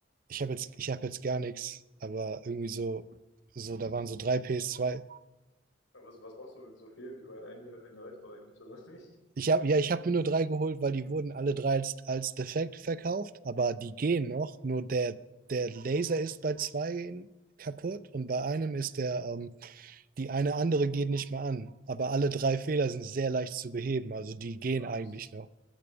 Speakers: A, on the right; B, on the left.
A: ich habe jetzt, ich habe jetzt gar nichts, aber irgendwie so, so, da waren so drei PS2,
B: Aber was, was machst du mit so vielen? Ich meine, eine, eine reicht doch eigentlich, oder nicht?
A: Ich habe ja, ich habe mir nur drei geholt, weil die wurden alle drei als, als defekt verkauft, aber die gehen noch. Nur der, der Laser ist bei zwei kaputt und bei einem ist der, ähm, die eine andere geht nicht mehr an. Aber alle drei Fehler sind sehr leicht zu beheben, also die gehen
B: Aber
A: eigentlich
B: bist,
A: noch.